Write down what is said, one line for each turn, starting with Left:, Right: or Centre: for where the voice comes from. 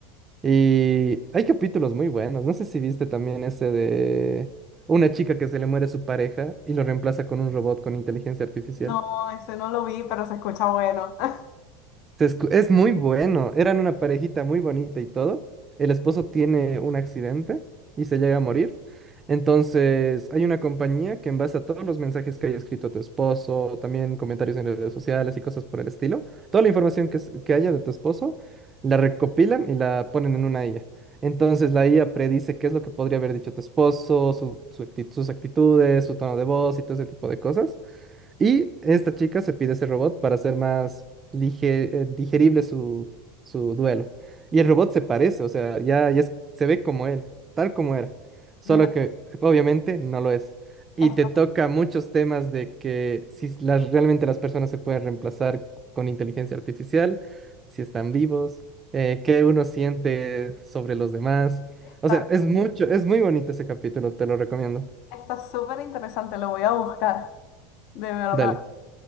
Right: Y hay capítulos muy buenos, no sé si viste también ese de una chica que se le muere su pareja y lo reemplaza con un robot con inteligencia artificial.
Left: No, ese no lo vi, pero se escucha bueno. <laughs>
Right: Se escu- Es muy bueno. Eran una parejita muy bonita y todo. El esposo tiene un accidente y se llega a morir. Entonces, hay una compañía que en base a todos los mensajes que haya escrito tu esposo, también comentarios en redes sociales y cosas por el estilo, toda la información que, s- que haya de tu esposo, la recopilan y la ponen en una IA. Entonces, la IA predice qué es lo que podría haber dicho tu esposo, su- su acti- sus actitudes, su tono de voz y todo ese tipo de cosas. Y esta chica se pide ese robot para hacer más lige- eh, digerible su, su duelo. Y el robot se parece, o sea, ya, ya es- se ve como él, tal como era. Solo
Left: No,
Right: que obviamente no lo es. Y
Left: está,
Right: te toca muchos temas de que si las, realmente las personas se pueden reemplazar con inteligencia artificial, si están vivos, eh, qué uno siente sobre los demás.
Left: está,
Right: O sea, es mucho, es muy bonito ese capítulo, te lo recomiendo.
Left: está súper interesante, lo voy a buscar, de verdad.
Right: Dale.